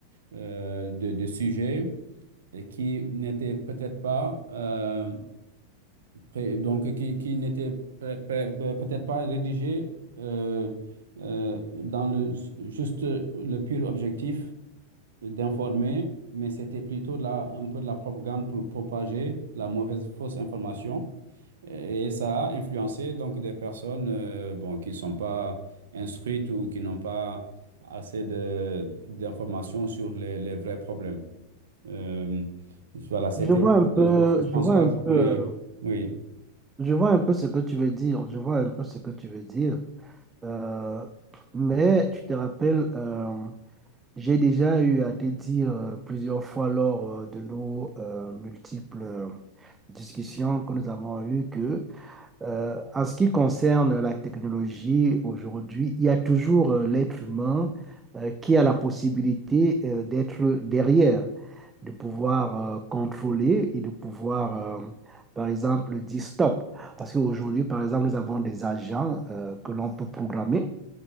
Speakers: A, on the right; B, on the right.
A: euh, de, de sujets et qui n'étaient peut-être pas euh, pré- donc qui, qui n'étaient pré- pré- peut-être pas rédigés euh, euh, dans le juste le pur objectif d'informer, mais c'était plutôt de la, un peu de la propagande pour propager la mauvaise, fausse information. Et ça a influencé donc des personnes euh, bon, qui ne sont pas instruites ou qui n'ont pas assez de, d'informations sur les, les vrais problèmes. Euh, voilà, c'était
B: Je vois un peu,
A: dans ce
B: je
A: sens-là
B: vois un
A: que
B: peu,
A: je voulais.
B: euh,
A: Oui.
B: je vois un peu ce que tu veux dire. Je vois un peu ce que tu veux dire. Euh, mais tu te rappelles, euh, j'ai déjà eu à te dire euh, plusieurs fois lors euh, de nos euh, multiples euh, discussions que nous avons eues que, euh, en ce qui concerne la technologie aujourd'hui, il y a toujours euh, l'être humain euh, qui a la possibilité euh, d'être derrière de pouvoir euh, contrôler et de pouvoir, euh, par exemple, dire stop. Parce qu'aujourd'hui, par exemple, nous avons des agents euh, que l'on peut programmer.